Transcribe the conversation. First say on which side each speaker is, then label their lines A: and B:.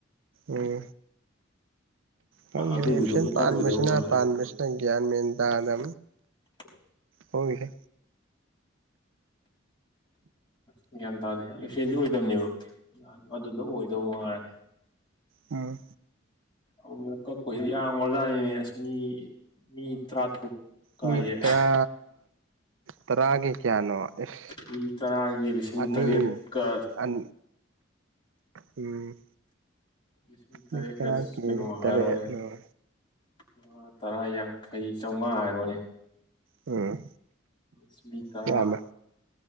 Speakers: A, on the right; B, on the left.
A: ꯎꯝ ꯍꯪꯉꯦ
B: ꯑꯗꯨꯒꯤꯗꯣ
A: ꯑꯦꯁꯟ
B: ꯑꯃꯨꯛ
A: ꯄꯥꯟꯕꯁꯤꯅ
B: ꯀꯛꯈꯤꯗꯧ ꯃꯥꯜꯂꯦ
A: ꯄꯥꯟꯕꯁꯤꯅ ꯒ꯭ꯌꯥꯟ ꯃꯦꯟ ꯇꯥꯗ
B: ꯍ
A: ꯍꯒꯔꯦ
B: ꯎꯝ ꯒ꯭ꯌꯥꯟ ꯇꯥꯗꯦ ꯑꯦꯛꯁꯤꯗꯦꯟꯗꯤ ꯑꯣꯏꯗꯕꯅꯦꯕ ꯑꯗꯨꯗ ꯑꯣꯏꯗꯧ ꯃꯉꯔꯦ
A: ꯑ
B: ꯑꯃꯨꯛ ꯀꯛꯄꯁꯤ ꯌꯥꯝ ꯑꯣꯖꯥꯅꯤꯅꯦ ꯑꯁ ꯃꯤ ꯃꯤ ꯇꯔꯥꯇꯔꯨꯛ ꯀꯥꯏꯌꯦ
A: ꯃꯤꯇꯔꯥ ꯇꯔꯥꯒ ꯀꯌꯥꯅꯣ ꯑꯁ
B: ꯃꯤ ꯇꯔꯥꯒꯤ ꯂꯤꯁꯤꯡ
A: ꯑꯅꯤ
B: ꯇꯔꯦꯠꯀ
A: ꯑꯟ ꯎꯝ
B: ꯂꯤꯁꯤꯡ ꯇꯔꯀ
A: ꯃꯤ ꯇꯔꯥ ꯀꯦ
B: ꯀꯩꯅꯣ ꯍꯥꯔ
A: ꯇꯔꯦꯠ
B: ꯑꯣꯏꯅꯤ
A: ꯎꯝ
B: ꯃꯉꯥ ꯇꯔꯥ ꯌꯥꯡꯈꯩ ꯆꯥꯃꯉꯥ ꯍꯥꯏꯔꯣꯅꯦ
A: ꯎꯝ
B: ꯁꯃꯤꯇꯥ
A: ꯌꯥꯝꯃꯦ